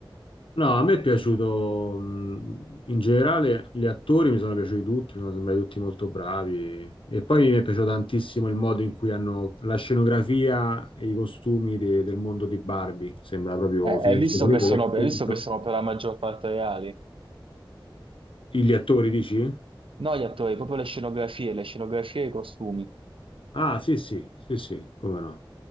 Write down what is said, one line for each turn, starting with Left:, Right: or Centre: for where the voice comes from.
Left: No, a me è piaciuto, mh, in generale gli attori mi sono piaciuti tutti, mi sono sembrati tutti molto bravi e poi mi è piaciuto tantissimo il modo in cui hanno la scenografia e i costumi de- del mondo di Barbie, sembra proprio
Right: eh,
Left: finto.
Right: hai visto
Left: Cioè,
Right: che
Left: sapete
Right: sono,
Left: che è
Right: hai visto
Left: finto?
Right: che sono per la maggior parte reali?
Left: Gli attori dici?
Right: No, gli attori, proprio le scenografie, le scenografie e i costumi.
Left: Ah, sì, sì, sì, sì, come no.